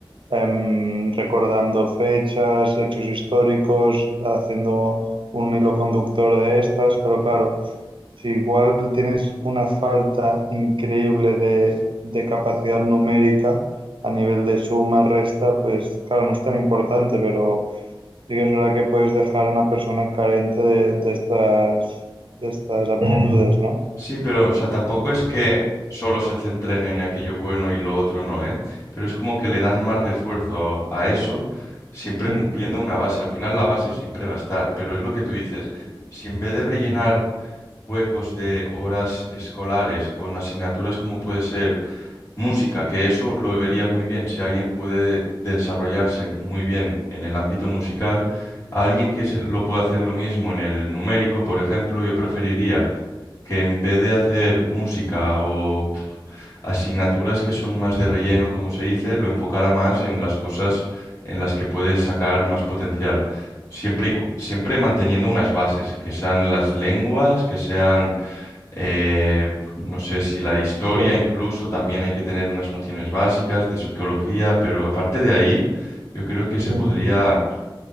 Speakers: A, on the right; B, on the left.
A: em, recordando fechas, hechos históricos, haciendo un hilo conductor de estas, pero claro, si igual tienes una falta increíble de, de capacidad numérica a nivel de suma, resta, pues claro, no es tan importante, pero Sí que es verdad que puedes dejar a una persona carente de, de estas, de estas aptitudes, ¿no?
B: Sí, pero, o sea, tampoco es que solo se centren en aquello bueno y lo otro no, ¿eh? Pero es como que le dan más refuerzo a, a eso, siempre
A: Mm,
B: cumpliendo una base. Al final la base siempre va a estar, pero es lo que tú dices. Si en vez de rellenar huecos de horas escolares con asignaturas como puede ser música, que eso lo vería muy bien, si alguien puede desarrollarse muy bien en el ámbito musical, a alguien que se lo pueda hacer lo mismo en el numérico, por ejemplo, yo preferiría que en vez de hacer música o pf, asignaturas que son más de relleno, como se dice, lo enfocara más en las cosas en las que puedes sacar más potencial. Siempre, y cu- siempre manteniendo unas bases, que sean las lenguas, que sean, eh, no sé si la historia
A: sí,
B: incluso, también hay que tener unas nociones básicas de sociología, pero aparte de ahí, yo creo que se
A: ujú.
B: podría